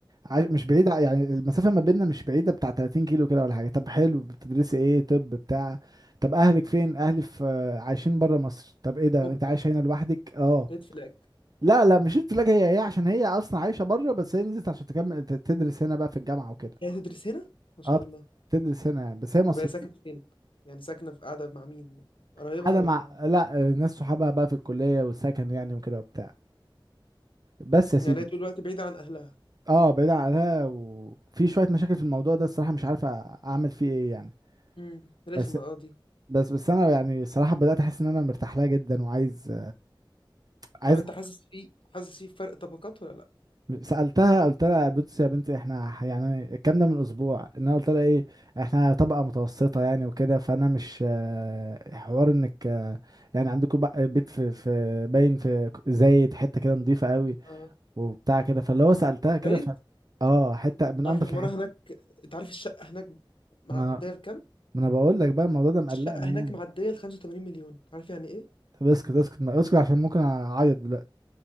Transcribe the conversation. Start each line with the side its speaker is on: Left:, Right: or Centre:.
Right: عايش- مش بعيدة يعني المسافة ما بيننا مش بعيدة بتاع 30 كيلو كده ولا حاجة طب حلو بتدرسي ايه طب بتاع طب اهلك فين اهلي في عايشين برا مصر طب ايه ده
Left: اوبا
Right: انت عايش هنا لوحدك اه
Left: ريد فلاج
Right: لا لا مش قلت لك هي هي عشان هي اصلا عايشة برا بس هي نزلت عشان تكمل ت- تدرس هنا بقى في الجامعة وكده
Left: هي تدرس هنا ما شاء
Right: اه
Left: الله
Right: بتدرس هنا يعني بس هي مصرية
Left: طب هي ساكنه فين يعني ساكنه في قاعده مع مين قرايبها
Right: حاجة
Left: ولا
Right: مع لا ناس صحابها بقى في الكلية والسكن يعني وكده وبتاع بس يا
Left: يعني
Right: سيدي
Left: هي طول الوقت بعيده عن اهلها
Right: اه بعيد عنها وفي شوية مشاكل في الموضوع ده الصراحة مش عارف أ- اعمل فيه ايه يعني
Left: امم رخمه
Right: بس
Left: اه دي
Right: بس بس انا يعني الصراحه بدات احس ان انا مرتاح لها جدا وعايز عايز
Left: طب انت حاسس في حاسس في فرق طبقات ولا لا
Right: سالتها قلت لها بصي يا بنتي احنا ح- يعني الكلام ده من اسبوع ان انا قلت لها ايه احنا طبقه متوسطه يعني وكده فانا مش آه، حوار انك آه، يعني عندكم بقى بيت في في باين في ك- زايد حته كده نظيفه قوي
Left: اه
Right: وبتاع كده فاللي هو سالتها كده
Left: طيب
Right: ف اه حته من
Left: انت
Right: انضف
Left: عارف العماره
Right: الحته
Left: هناك انت عارف الشقه هناك معديه
Right: ما
Left: لكام
Right: ما انا بقول لك بقى الموضوع ده مقلقني
Left: الشقه هناك
Right: يعني
Left: معديه ل 85 مليون عارف يعني ايه
Right: طب اسكت اسكت ما اسكت عشان ممكن اعيط دلوقتي